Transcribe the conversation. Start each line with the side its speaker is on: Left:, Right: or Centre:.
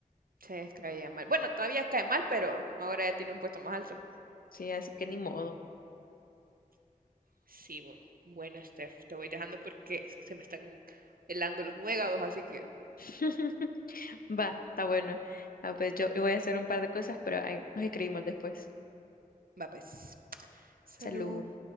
Right: Se caía mal. Bueno, todavía cae mal, pero ahora ya tiene un puesto más alto.
Left: Sí, así que ni modo.
Right: Sí, bu- bueno, Steph, te voy dejando porque se me están helando los nuegados, así que
Left: <laughs> Va, está bueno. Ah, pues yo voy a hacer un par de cosas, pero ahí nos escribimos después.
Right: Va pues. Salud.
Left: Salud.